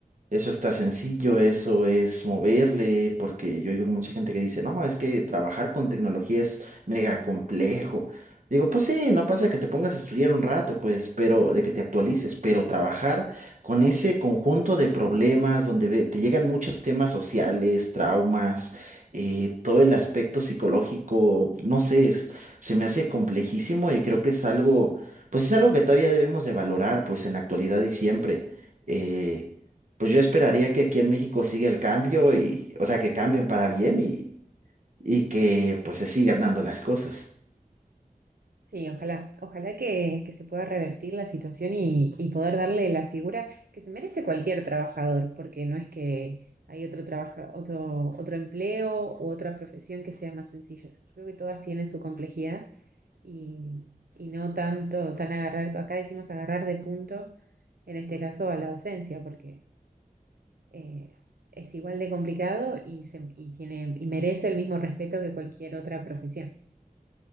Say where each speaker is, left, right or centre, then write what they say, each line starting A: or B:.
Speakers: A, on the right; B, on the right.
A: eso está sencillo, eso es moverle, porque yo digo mucha gente que dice, no, es que trabajar con tecnología es mega complejo. Digo, pues sí, no pasa que te pongas a estudiar un rato, pues, pero de que te actualices, pero trabajar con ese conjunto de problemas donde ve- te llegan muchos temas sociales, traumas, eh, todo el aspecto psicológico, no sé, se me hace complejísimo y creo que es algo, pues es algo que todavía debemos de valorar, pues en la actualidad y siempre. Eh, pues yo esperaría que aquí en México siga el cambio y, o sea, que cambien para bien y, y que pues se sigan dando las cosas.
B: Sí, ojalá, ojalá que, que se pueda revertir la situación y, y poder darle la figura que se merece cualquier trabajador, porque no es que hay otro trabaja, otro, otro empleo u otra profesión que sea más sencilla. Yo creo que todas tienen su complejidad y, y no tanto, tan agarrar, acá decimos agarrar de punto, en este caso a la docencia, porque eh, es igual de complicado y, se- y tiene, y merece el mismo respeto que cualquier otra profesión.